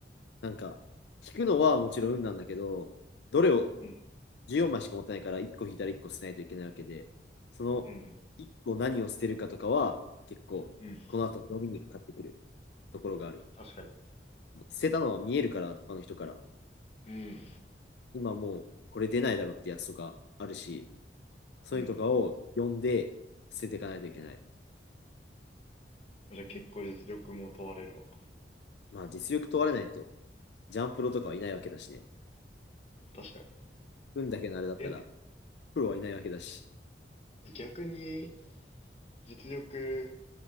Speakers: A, on the left; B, on the left.
A: なんか、引くのはもちろん運なんだけど、どれを
B: うん。
A: 14枚しか持ってないから、1個引いたら1個捨てないといけないわけで、その
B: うん。
A: 1個何を捨てるかとかは、結構、
B: うん。
A: この後の読みにかかってくるところがある。
B: 確かに。
A: 捨てたのは見えるから、他の人から。
B: うん。
A: 今もう、これ出ないだろってやつとかあるし、そういうのとかを読んで捨てていかないといけない。
B: うん。じゃあ結構実力も問われるのか。
A: まあ、実力問われないと、ジャンプロとかはいないわけだしね。
B: 確かに。
A: 運だけのあれだったら、
B: え、
A: プロはいないわけだし。
B: 逆に実力